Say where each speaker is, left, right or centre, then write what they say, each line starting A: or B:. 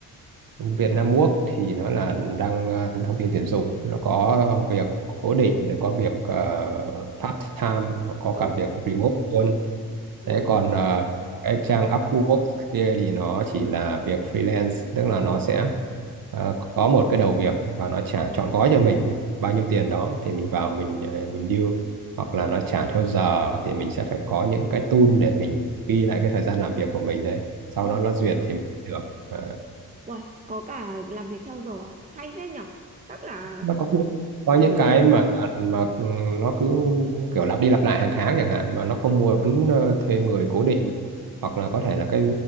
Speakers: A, on the right; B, on the right.
A: Việt Nam Work thì nó là đăng ờ, thông tin tuyển dụng nó có việc cố định rồi có việc ờ, part time có có
B: ờ
A: cả việc remote luôn
B: ồ
A: Thế còn ờ, cái trang Upwork kia thì nó chỉ là việc freelance, tức là nó sẽ ờ, có một cái đầu việc và nó trả trọn gói cho mình bao nhiêu tiền đó thì mình vào mình ờ, mình deal hoặc là nó trả theo giờ thì mình sẽ phải có những cái tool để mình ghi lại cái thời gian làm việc của mình đấy. Sau
B: ồ
A: đó nó duyệt thì mình được. ờ,
B: uầy có cả làm việc theo giờ à hay phết nhở chắc là
A: nó có có
B: ừ
A: những cái mà mà ừ, nó cứ kiểu lặp đi lặp lại hàng tháng chẳng hạn mà nó không muốn ờ, thuê người cố định hoặc là có thể là cái